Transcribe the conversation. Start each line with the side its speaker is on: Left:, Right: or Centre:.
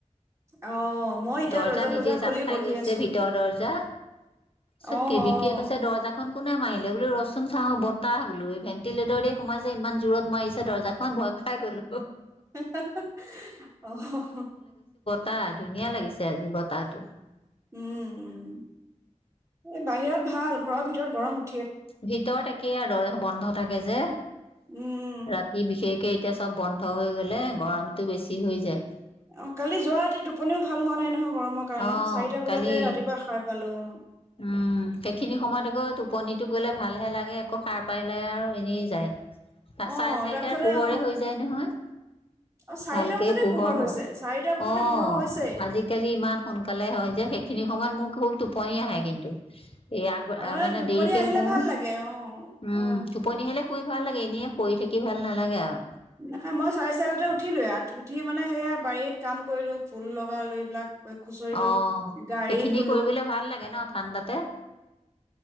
Right: অ মই এতিয়া
Left: দৰ্জা নিজে
Right: চৰ্জা
Left: জাপ
Right: খুলি
Left: খাই
Right: বহি
Left: গৈছে
Right: আছো
Left: ভিতৰৰ দৰ্জা চ
Right: অ অ
Left: বিকিয়ে কৈছে দৰ্জাখন। কোনে মাৰিলে বোলো ৰচুন চা বতাহ বোলো এই ভেণ্টিলেটৰ দ সোমাইছে ইমান জোৰত মাৰিছে দৰ্জাখন ভয় খাই গ'লো।
Right: হে হে আহে।
Left: তাৰ ধুনীয়া লাগিছে। আজি বতাহটো।
Right: উম-উম, এই বাহিৰত ভাল ঘৰৰ ভিতৰত গৰম উঠ
Left: ভিতৰত একেই আৰু দৰ্জা বন্ধ থাকে যে।
Right: উম উম
Left: ৰাতি বিশেষকে এতিয়া চব বন্ধ হৈ গ'লে গৰমতটো বেছি হৈ যায়।
Right: অ', কালি যোৱা টোপনিও ভাল হোৱা নাই নহয়। গৰমৰ কাৰণে
Left: অ
Right: চাৰিটা
Left: কালি
Right: বজাতে ৰাতিপুৱা সাৰ পালোঁ। অ',
Left: উম' সেইখিনি সময়ত আকৌ টোপনিটো গ'লে ভালহে লাগে আকৌ সাৰ পাই লাই আৰু এনেই যায়।
Right: অ
Left: চাৰে
Right: অ
Left: চাৰিটাৰ
Right: তাৰপিছতে
Left: পোহৰে
Right: অ
Left: হৈ যায় নহয়।
Right: অ চাৰিটা
Left: ভালকে
Right: বজাতে
Left: পোহৰ
Right: হৈছে
Left: হয়
Right: চাৰিটা বজাতে
Left: অ',
Right: পোহৰ হৈছে
Left: আজিকালি ইমান সোনকালে হয় যে, সেইখিনি আমাৰ মুখ হ'ল টো টোপনীয়া আহে। কিন্তু এই আগ
Right: আৰু
Left: মানে
Right: টোপনি
Left: দেৰিকে
Right: আহিলে
Left: শো'
Right: ভাল লাগে অ
Left: উম'
Right: অ
Left: টোপনি হেলে শুই ভাল লাগে এনেই পৰি থাকি ভাল নালাগে আৰু।
Right: নাই মই চাৰে চাৰিতাতে উঠিলো, উঠি মানে সেয়া বাৰীত কাম কৰিলো ফুল লগালো এইবিলাক। খুচৰিলো
Left: অ'
Right: গাড়ী
Left: সেইখিনি
Right: ধুলো
Left: কৰিবলৈ ভাল লাগে ন' ঠাণ্ডাতে।